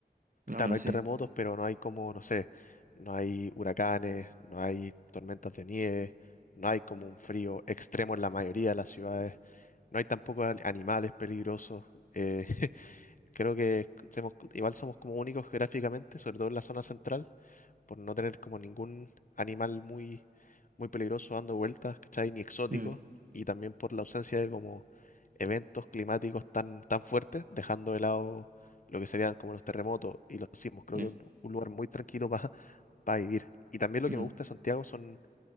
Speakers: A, on the right; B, on the left.
A: no,
B: claro,
A: bueno, sí.
B: hay terremotos, pero no hay como, no sé, no hay huracanes, no hay tormentas de nieve, no hay como un frío extremo en la mayoría de las ciudades, no hay tampoco al- animales peligrosos, eh, <laughs> Creo que semos- igual somos como únicos geográficamente, sobre todo en la zona central, por no tener como ningún animal muy, muy peligroso dando vueltas, ¿cachai? Ni exótico,
A: Mm,
B: y también por la ausencia de como eventos climáticos tan, tan fuertes, dejando de lado lo que serían como los terremotos y los sismos. Creo
A: sí,
B: que es un, un lugar muy tranquilo para vivir. Y también lo
A: mm,
B: que me gusta de Santiago son